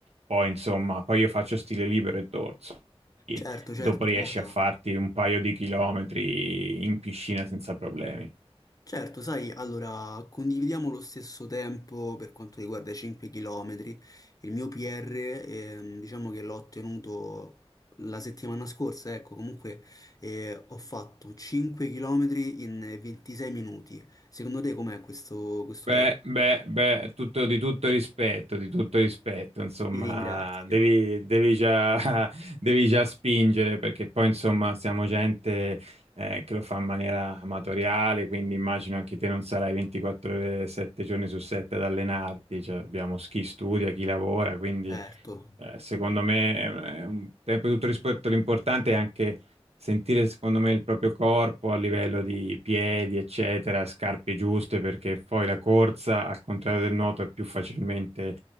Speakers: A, on the right; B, on the left.
A: poi, insomma, poi io faccio stile libero e dorso. Quindi
B: Certo,
A: Dopo
B: certo,
A: riesci
B: guarda.
A: a farti un paio di chilometri in piscina senza problemi.
B: Certo, sai, allora condividiamo lo stesso tempo per quanto riguarda i 5 km. Il mio PR, ehm, diciamo che l'ho ottenuto la settimana scorsa, ecco, comunque eh, ho fatto 5 km in 26 minuti. Secondo te com'è questo, questo
A: Beh,
B: tempo?
A: beh, beh, tutto, di tutto rispetto, di tutto rispetto, insomma,
B: Ti ringrazio.
A: devi, devi già, <laughs> devi già spingere perché poi, insomma, siamo gente eh, che lo fa in maniera amatoriale, quindi immagino anche te non sarai 24 ore, 7 giorni su 7 ad allenarti, cioè abbiamo chi studia, chi lavora, quindi
B: Certo,
A: Eh, secondo me, è un tempo di tutto rispetto, l'importante è anche sentire, secondo me, il proprio corpo a livello di piedi, eccetera, scarpe giuste, perché poi la corsa, al contrario del nuoto, è più facilmente